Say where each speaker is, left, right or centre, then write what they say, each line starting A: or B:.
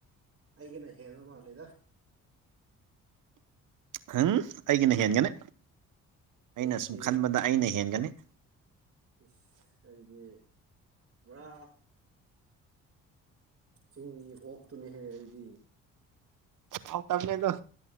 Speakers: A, on the right (about 45°); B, on the right (about 70°).
A: ꯑꯩꯒꯤꯅ ꯍꯦꯂ ꯃꯥꯂꯤꯗ
B: ꯍꯪ ꯑꯩꯒꯤꯅ ꯍꯦꯟꯒꯅꯤ ꯑꯩꯅ
A: ꯑꯩꯗꯤ
B: ꯁꯨꯝ ꯈꯟꯕꯗ ꯑꯩꯅ ꯍꯦꯟꯒꯅꯤ
A: ꯏꯁ ꯑꯩꯗꯤ ꯕꯨꯔꯥ ꯆꯤꯡꯒꯤ ꯑꯣꯛꯇꯨꯅꯦꯍꯦ ꯑꯩꯗꯤ
B: ꯍꯥꯎꯇꯝꯅꯦ ꯑꯗꯨ